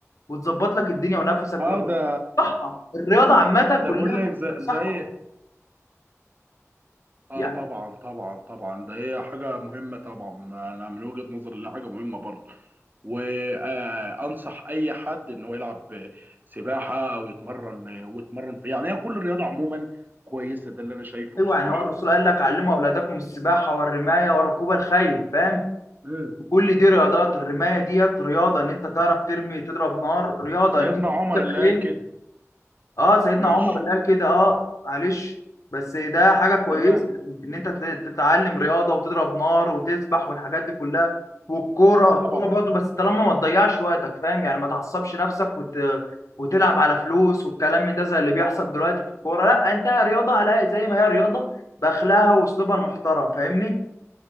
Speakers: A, on the left; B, on the right.
A: وتظبط لك الدنيا ونفسك بيبقى
B: اه ده
A: صحه الرياضه عامه
B: ده
A: كلها
B: بقول لك
A: بتبقى
B: زي,
A: صحه
B: زي اه
A: يعني
B: طبعا طبعا طبعا ده هي حاجة مهمة طبعا انا من وجهة نظري اللي حاجة مهمة برضه وانصح اي حد ان هو يلعب سباحة او يتمرن ويتمرن في يعني هي كل الرياضة عموما كويسة ده اللي انا شايفه
A: ايوه
B: بصراحة
A: يعني هو الرسول قال لك علموا اولادكم السباحه والرمايه وركوب الخيل فاهم
B: مم.
A: كل دي رياضات الرمايه ديت رياضه ان انت تعرف ترمي تضرب نار رياضه
B: سيدنا
A: ان انت
B: عمر
A: تركب
B: اللي
A: خيل
B: قال كده
A: اه سيدنا
B: ماشي
A: عمر قال كده اه معلش بس ده حاجه كويسه
B: تمام
A: ان انت تت- تتعلم رياضه وتضرب نار وتسبح والحاجات دي كلها والكوره الكوره
B: طبعا
A: برضه بس طالما ما تضيعش وقتك فاهم يعني ما تعصبش نفسك وت... وتلعب على فلوس والكلام من ده زي اللي بيحصل دلوقتي في الكوره لا انت رياضه على الأقل زي ما هي رياضه باخلاقها واسلوبها المحترم فاهمني